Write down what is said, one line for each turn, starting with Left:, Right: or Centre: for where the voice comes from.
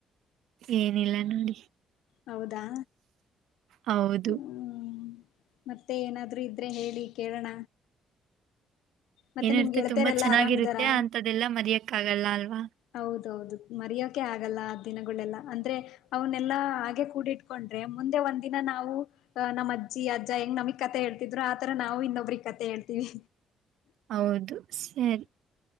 Right: ಏನಿಲ್ಲ ನೋಡಿ.
Left: ಹೌದಾ
Right: ಹೌದು
Left: ಹ್ಮ್ ಮತ್ತೆ ಏನಾದ್ರೂ ಇದ್ರೆ ಹೇಳಿ ಕೇಳೋಣ. ಮತ್ತೆ
Right: ಏನಿರುತ್ತೆ
Left: ನಿಮ್ ಗೆಳತಿಯರೆಲ್ಲಾ
Right: ತುಂಬಾ ಚೆನ್ನಾಗಿರುತ್ತೆ
Left: ಆರಾಮಿದಾರಾ?
Right: ಅಂತದೆಲ್ಲಾ ಮರೆಯಕ ಆಗಲ್ಲ ಅಲ್ವಾ.
Left: ಹೌದೌದು ಮರಿಯೋಕೆ ಆಗಲ್ಲ ಆ ದಿನಗಳೆಲ್ಲ ಅಂದ್ರೆ. ಅವನ್ನೆಲ್ಲಾ ಹಾಗೆ ಕೂಡಿ ಇಟ್ಟಕೊಂಡ್ರೆ ಮುಂದೆ ಒಂದ ದಿನ ನಾವು. ಅ ನಮ್ಮ ಅಜ್ಜಿ ಅಜ್ಜ ಹೆಂಗ ನಮಿಗ್ ಕತೆ ಹೇಳ್ತಿದ್ರು ಆತರ ನಾವು ಇನ್ನೊಬ್ರಿಗೆ ಕಥೆ ಹೇಳ್ತೀವಿ.
Right: ಹೌದು ಸರಿ.